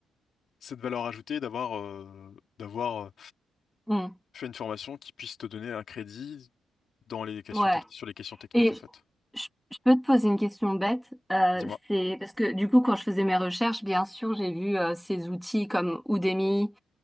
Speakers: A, on the left; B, in the centre.
A: cette valeur ajoutée d'avoir euh, d'avoir euh,
B: mhm.
A: fait une formation qui puisse te donner un crédit dans les questions
B: Ouais.
A: techniques, sur les questions techniques,
B: Et
A: en fait.
B: Je je peux te poser une question bête, euh,
A: Dis-moi.
B: c'est parce que du coup quand je faisais mes recherches, bien sûr j'ai vu euh, ces outils comme Udemy,